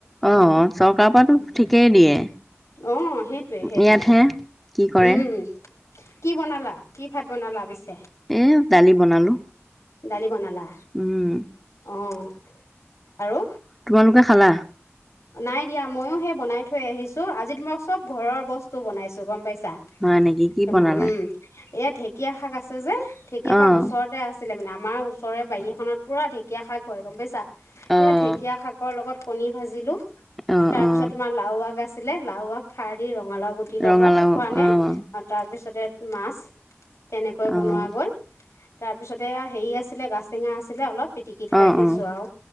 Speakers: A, in the centre; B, on the left (about 80°).
A: অ, ' চৰকাৰ পৰাতো ঠিকেই দিয়ে।
B: অ', সেইটয়ে সেইটোৱে
A: ইয়াতহে কি কৰে
B: উম। কি বনালা কি ভাত বনালা পিছে?
A: এ দালি বনালো।
B: ডালি বনালা।
A: উম।
B: অ', আৰু
A: তোমালোকে খালা।
B: নাই দিয়া মইও সেই বনাই থৈ আহিছো আজিতো মই চব ঘৰৰ বস্তু বনাইছো গম পাইছা।
A: হয় নেকি কি
B: তোমাৰ
A: বনালা?
B: উম এয়া ঢেঁকীয়া শাক আছে যে ঢেঁকীয়া শাক
A: অ',
B: ওচৰতে আছে ছিলে মানে আমাৰ ওচৰৰে বাৰী এখনত পুৰা ঢেঁকীয়া শাক হয় গম পাইছা সেই
A: অ',
B: ঢেঁকীয়া শাকৰ লগত কণী ভাজিলো
A: অ',
B: তাৰ
A: অ',
B: পিছত তোমাৰ লাও আগ আছিলে লাও আগ খাৰ দি ৰ ৰঙালাও গুটিৰ লগত
A: ৰঙালাও
B: খোৱা নে
A: অ',
B: তাৰপিছতে মাছ তেনেকৈ বনোৱা
A: অ',
B: গ'ল তাৰপিছতে হেৰি আছিলে গাজ টেঙা আছিলে অলপ পিটিকি থৈ
A: অ',
B: আহিছো
A: অ',
B: আৰু